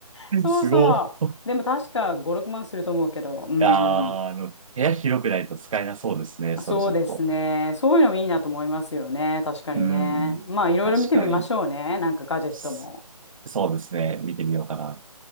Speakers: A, on the left; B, on the right.
A: そうそう。
B: えすごい。
A: でも確か5、6万すると思うけど。うんうん。
B: あーあの、部屋広くないと使えなそうですね。それちょっと。
A: そうですね。そういうのもいいなと思いますよね。確かにね。
B: うん。
A: まあ、いろいろ見てみましょうね。
B: 確かに。
A: なんかガジェットも。
B: s- そうですね。見てみようかな。